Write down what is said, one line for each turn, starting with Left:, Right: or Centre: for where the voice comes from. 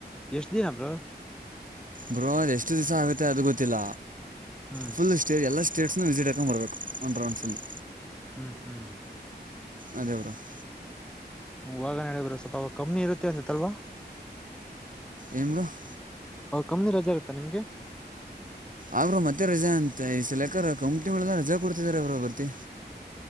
Centre: ಎಷ್ಟ್ ದಿನ ಬ್ರೋ
Right: ಬ್ರೋ ಎಷ್ಟು ದಿವಸ ಆಗುತ್ತೆ ಅದು ಗೊತ್ತಿಲ್ಲ
Centre: ಹ್ಮ್
Right: ಫುಲ್ ಸ್ಟೇಜ್ ಎಲ್ಲ್ಟ ಸ್ಟೇಟ್ಸ್ನ ವಿಸ್ಟಿ ಹಾಕೊಂಬರಬೇಕು ಒಂದು ರೌಂಡ್ ಫುಲ್ಲು
Centre: ಹ್ಮ್ ಹ್ಮ್
Right: ಅದೇ ಬ್ರೋ <inaudible>
Centre: ಹೋಗನ ಹೇಳ ಬ್ರೋ ಸ್ವಲ್ಪ ಅವಾಗ ಕಮ್ಮನಿ ಇರುತ್ತೆ ಅನ್ಸುತ್ತೆ ಅಲ್ವಾ
Right: ಏನ್ ಬ್ರೋ <inaudible>
Centre: ಹ ಕಮ್ಮನಿ ರಜೆ ಇರುತ್ತಾ ನಿಮ್ಗೆ
Right: ಅವರು ಮತ್ತೆ ರಜಾ ಅಂತ ಈ ಈ ಸಲ ಯಾಕೋ ಕಂಪ್ನಿಗಳೆಲ್ಲ ರಜಾ ಕೊಡ್ತಿದಿದ್ದಾರೆ ಅವರು ಬರ್ತಿ